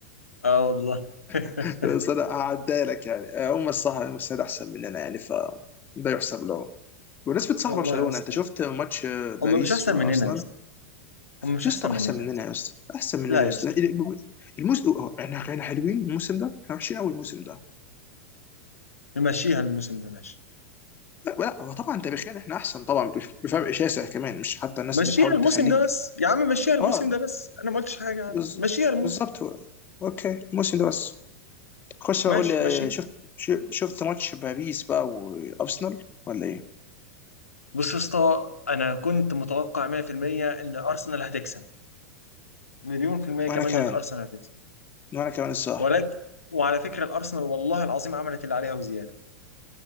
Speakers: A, on the left (about 80°); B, on the left (about 25°).
A: اه والله <laughs>
B: <laughs> بس انا هعديها لك يعني هم الصح هم السيد احسن مننا يعني ف ده يحسب لهم بمناسبة صح
A: والله
B: برشلونة
A: يا اسطى
B: انت شفت ماتش
A: هم
B: باريس
A: مش احسن
B: وارسنال
A: مننا يا اسطى هم
B: يا
A: مش
B: اسطى
A: احسن
B: احسن
A: مننا
B: مننا
A: يا اسطى
B: يا اسطى احسن مننا
A: لا يا
B: يا اسطى
A: اسطى
B: الموسم احنا احنا حلوين الموسم ده احنا وحشين قوي الموسم ده
A: نمشيها الموسم ده ماشي
B: لا هو طبعا تاريخيا احنا احسن طبعا بف- بفرق شاسع كمان مش حتى الناس
A: مشيها
B: اللي بتحاول
A: الموسم
B: تخليك
A: ده بس يا عم مشيها الموسم
B: اه
A: ده بس انا ما قلتش حاجه يا عم
B: بز...
A: مشيها الموسم
B: بالظبط هو اوكي الموسم ده بس خش بقى
A: ماشي
B: قول لي
A: ماشي
B: آه، شفت ش- شفت ماتش باريس بقى وارسنال ولا ايه؟
A: بص يا اسطى انا كنت متوقع 100% ان ارسنال هتكسب مليون في المية كمان
B: وانا كمان
A: ان الارسنال هتكسب
B: وانا كمان الصراحه
A: ولكن وعلى فكره الارسنال والله العظيم عملت اللي عليها وزياده